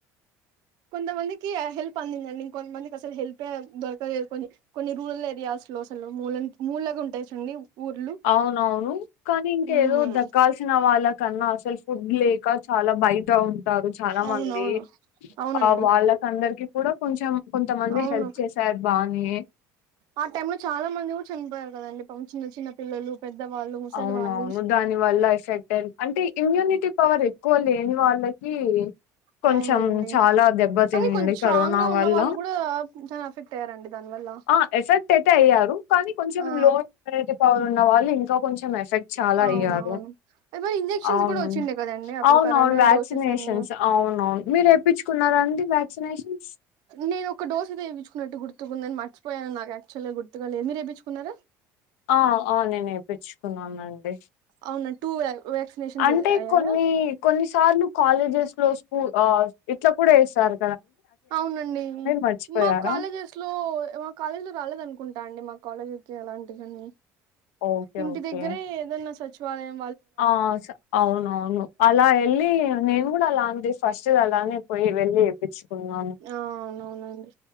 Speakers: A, on the right (about 70°); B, on the left (about 80°).
A: కొంతమందికి హెల్ప్ అందిందండి. ఇంకొంతమందికి అసలు హెల్ప్యే దొరకలేదు. కొని కొన్ని రూరల్ ఏరియాస్ లో అసలు మూలన్ మూలకుంటాయి చూడండి ఊర్లు
B: అవునవును కానీ ఇంక
A: ఉమ్
B: ఏదో దక్కాల్సిన వాళ్ళకన్నా అసలు ఫుడ్ లేక చాలా బయట ఉంటారు. చాలా
A: అవునవును
B: మంది
A: అవునండి
B: ఆ వాళ్ళకందరికి కొంచం కొంతమంది
A: అవును
B: హెల్ప్ చేశారు బా వే
A: ఆ టైమ్ లో చాలా మంది కూడా చనిపోయారు కదండి పాపం చిన్న చిన్న పిల్లలు పెద్దవాళ్ళు ముసలి
B: అవునవును
A: వాళ్ళు
B: దాని వల్ల ఎఫెక్టేమ్ అంటే ఇమ్యూనిటీ పవర్ ఎక్కువ లేని వాళ్ళకి కొంచెం
A: అవునులేండి
B: చాలా దెబ్బతినింది
A: కానీ కొంచెం స్ట్రాంగ్
B: కరోనా
A: గా ఉన్న
B: వల్ల.
A: వాళ్ళు కూడా చాలా అఫెక్ట్ అయ్యారండి. దాని వల్ల
B: ఆ ఎఫెక్ట్ ప్ తయ్యారు కానీ కొంచెం
A: ఆ
B: లోన్ ఏయిటి థౌసండ్ ఉన్నవాళ్ళు ఇంకా కొంచెం ఎస్ షెట్ చాలా
A: అవునవును
B: అయ్యాను
A: మరి ఇంజెక్షన్స్
B: అవును
A: కూడా వచ్చిండే కదండి అప్పుడు
B: అవునవును
A: కరోనా
B: వాసినేషన్స్
A: డోసెస్ అని
B: అవును మీరెప్పిచ్చుకున్నారా అండి. వ్యాక్సినేషన్స్?
A: నేను ఒక డోసు వేపించుకున్నట్టు గుర్ గుర్తుకుందని మర్చిపోయాను నాకు యక్చవల్గా గుర్తుగా లేదు మీరెపించుకున్నారా
B: ఆ అవును నేను వేపించుకున్నానండి
A: అవునా టూ వ్యా వ్యాక్సినేషన్స్
B: అంటే
A: అయ్యాయా
B: కొన్ని కొన్నిసార్లు కాలేజెస్ రోజ్ స్కూల్ ఆ ఇట్లా కూడా యెస్తారు.
A: అవునండి
B: మర్చిపోయారా
A: మా కాలేజెస్ లో మా కాలేజ్ లో రాలేదను కుంటా అండి మా కాలేజ్లో చెయ్యలాంట ఇవన్నీ
B: ఓకే
A: ఇంటి
B: ఓకే
A: దగ్గరే ఏదన్నా స చివలయం
B: ఆ అవునవును అలా యెళ్ళి నేను కూడా అలా అంది ఫస్ట్ చివాలయానికి పోయి వెళ్ళి వేపించుకున్నాం.
A: ఆ అవునవునండి